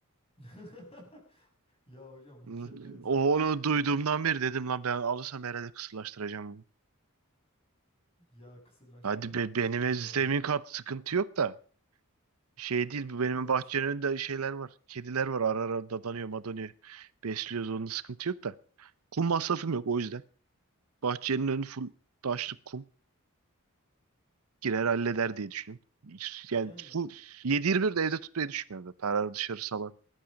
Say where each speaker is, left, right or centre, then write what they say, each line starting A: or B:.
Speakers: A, on the left; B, on the right.
A: <laughs> Ya hocam bu
B: Hı.
A: kedileri cidden
B: O onu duyduğumdan beri dedim lan ben alırsam herhalde kısırlaştıracağım bunu.
A: ya kısırlaştırmak
B: Hadi be, benim
A: cidden
B: ev- zemin
A: lazım.
B: kat sıkıntı yok da. Şey değil bu benim
A: Evet.
B: bahçenin önünde şeyler var. Kediler var ara ara dadanıyor madanıyor. Besliyoruz onun sıkıntı yok da. Kum masrafım yok o yüzden. Bahçenin önü full taşlık kum. girer halleder diye düşünüyorum. Yani
A: Yani
B: bu 7-24 de evde tutmayı düşünmüyorum da. Tararı dışarı salan.